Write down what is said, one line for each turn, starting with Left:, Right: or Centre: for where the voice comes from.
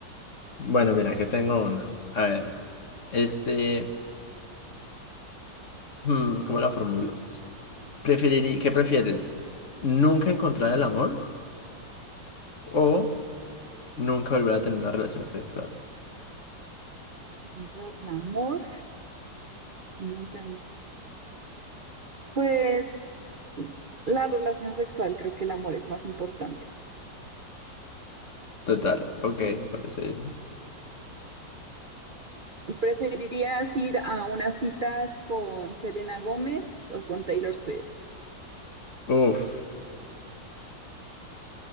Left: Bueno, mira, que tengo una. A ver, este, hmm, ¿cómo la formulo? Preferirí, ¿qué prefieres? ¿Nunca encontrar el amor o nunca volver a tener una relación sexual?
Right: Encontrar el amor, nunca. Pues la relación sexual, creo que el amor es más importante.
Left: Total, ok, me parece bien.
Right: ¿Preferirías ir a una cita con Selena Gómez o con Taylor Swift?
Left: Uf,